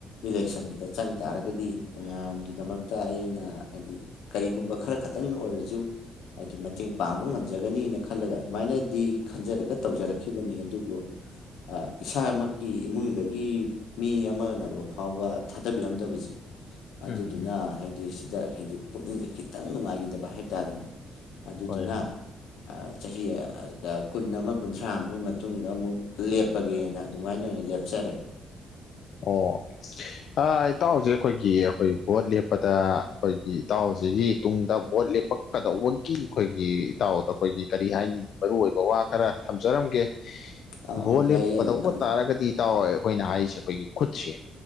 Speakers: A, on the left; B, on the left.
A: ꯏꯂꯦꯛꯁꯟꯁꯤꯗ ꯆꯪ ꯇꯥꯔꯒꯗꯤ ꯃꯌꯥꯝꯒꯤꯗꯃꯛ ꯇ ꯑꯩꯅ ꯍꯥꯏꯗꯤ ꯀꯔꯤꯒꯨꯝꯕ ꯈꯔ ꯈꯛꯇꯪ ꯑꯣꯏꯔꯖꯨ ꯍꯥꯏꯗꯤ ꯃꯇꯦꯡ ꯄꯥꯡꯕ ꯉꯝꯖꯒꯅꯤꯅ ꯈꯜꯂꯒ ꯑꯗꯨꯃꯥꯏꯅꯗꯤ ꯈꯟꯖꯔꯒ ꯇꯧꯖꯔꯛꯈꯤꯕꯅꯤ ꯑꯗꯨꯕꯨ
B: <inaudible>
A: ꯑꯥ ꯏꯁꯥꯃꯛꯀꯤ ꯏꯃꯨꯡꯗꯒꯤ ꯃꯤ ꯑꯃꯅ ꯐꯥꯎꯕ ꯊꯥꯗꯕꯤꯔꯝꯗꯕꯖꯦ ꯑꯗꯨꯗꯨꯅ
B: ꯎꯝ ꯎꯝ
A: ꯍꯥꯏꯗꯤ ꯁꯤꯗ ꯍꯥꯏꯗꯤ ꯄꯨꯛꯅꯤꯡꯖꯦ ꯈꯤꯇꯪ ꯅꯨꯡꯉꯥꯏꯒꯤꯗꯕ ꯍꯥꯏꯇꯥꯥꯔꯦꯅꯦ ꯑꯗꯨꯗꯨꯅ
B: ꯍꯣꯏ ꯍꯣꯏ
A: ꯑ ꯆꯍꯤ ꯑ ꯒ ꯀꯨꯟ ꯑꯃꯥ ꯀꯨꯟꯊ꯭ꯔꯥ ꯑꯃꯒꯤ ꯃꯇꯨꯡꯗ ꯑꯃꯨꯛ ꯂꯦꯞꯄꯒꯦꯅ ꯑꯗꯨꯃꯥꯏꯅ ꯑꯣꯏꯅ ꯂꯦꯞꯆꯔꯦ꯫
B: ꯑꯣ ꯑ ꯏꯇꯥꯎꯖꯦ ꯑꯈꯣꯏꯒꯤ ꯑꯈꯣꯏ ꯚꯣꯠ ꯂꯦꯞꯄꯗ ꯑꯈꯣꯏꯒꯤ ꯏꯇꯥꯎꯁꯤꯒꯤ ꯇꯨꯡꯗ ꯚꯣꯠ ꯂꯦꯞꯄꯛ ꯀꯗꯧꯕꯒꯤ ꯑꯈꯣꯏꯒꯤ ꯏꯇꯥꯎꯗ ꯑꯈꯣꯏꯒꯤ ꯀꯔꯤ ꯍꯥꯏꯅꯤ ꯃꯔꯨꯑꯣꯏꯕ ꯋꯥ ꯈꯔ ꯊꯝꯖꯔꯝꯒꯦ
A: ꯑꯧ
B: ꯚꯣꯠ
A: ꯑꯧ ꯌꯥꯏꯌꯦ
B: ꯂꯦꯄꯀꯗꯧꯕ
A: ꯌꯥꯏꯌꯦ ꯊꯝꯕꯤꯌꯨ
B: ꯇꯥꯔꯥꯒꯗꯤ ꯏꯇꯥꯎ ꯑꯩꯈꯣꯏꯅ ꯍꯥꯏꯁꯦ ꯑꯩꯈꯣꯏꯒꯤ ꯈꯨꯠꯁꯦ